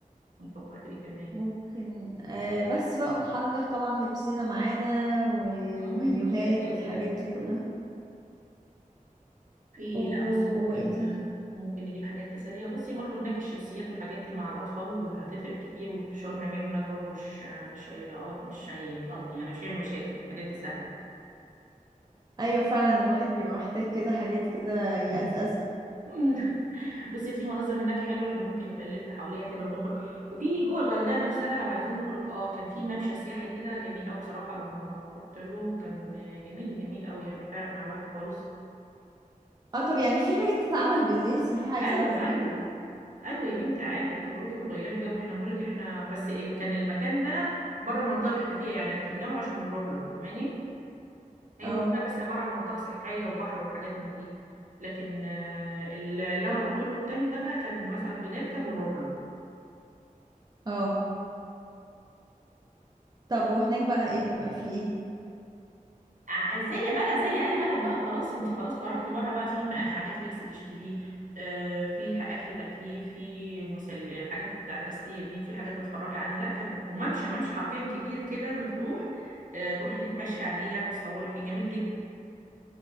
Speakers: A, on the right; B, on the right.
A: نفكر في ايه كمان
B: ممكن آه بس بقى ونحضر طبعا لبسنا معانا والمايوهات
A: امم ده شيء أساسي
B: والحاجات
A: ده
B: دي كلها
A: في ايه
B: و...
A: لا بصي ممكن
B: وايه تاني
A: ممكن نجيب حاجات تسلية بصي برضو هناك الشيبسيات والحاجات دي مع الأطفال هتفرق كتير والفشار نعمله هناك برضو مش مش هي مش هيقضي يعني مش هيعمل مشاكل الحاجات دي سهلة
B: ايوه فعلا الواحد بيبقى محتاج كده حاجات كده يقزقزها
A: مم. <laughs> بصي في مناظر هناك حلوة احنا ممكن نبقى نلف حواليها كده ونخرج وفي جوه الغردقة نفسها لو عايزين نخرج اه كان في ممشى سياحي كده جميل قوي بصراحة لما رحت له كان جميل جميل قوي يعني فرق مع الواحد خالص
B: اه طب يعني في حاجات تتعمل بالليل صحيح عايزه
A: ايوه
B: اعرف
A: ايوه
B: منك
A: ايوه يا بنتي عادي بتخرجي وتغيري جو احنا بنقول لك احنا بس ال- كان المكان ده بره المنطقه اللي احنا فيها يعني ركبنا له عشان نروح له فاهماني هي
B: اه
A: المنطقه بس عباره عن منطقه صحيه وبحر وحاجات من دي لكن آه، اللي انا رحت له التاني ده بقى كان مثلا بنركب ونروح له
B: اه طب وهناك بقى ايه بيبقى فيه ايه
A: ع- زي بلد زي اي بلد بقى خلاص انت خلاص خرجتي بره بقى في م- حاجات لبس تشتريه آه، في ح- اكل تاكليه في مسل حاجات بتاع التسليه دي في حاجات تتفرجي عليها لا كان وممشى ممشى حرفيا كبير كده مفتوح آه، تروحي تتمشي عليه يعني تصوري فيه جميل جدا